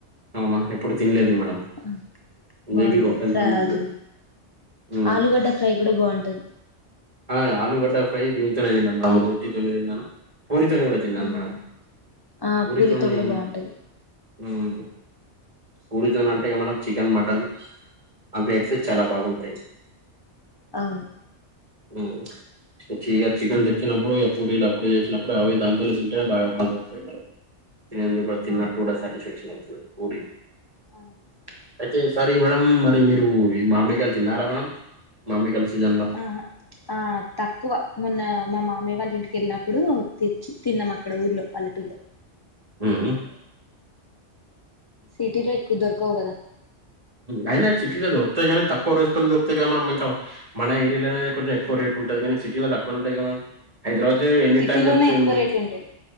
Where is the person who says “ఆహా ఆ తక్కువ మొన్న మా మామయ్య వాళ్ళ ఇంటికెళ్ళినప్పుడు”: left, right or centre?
Left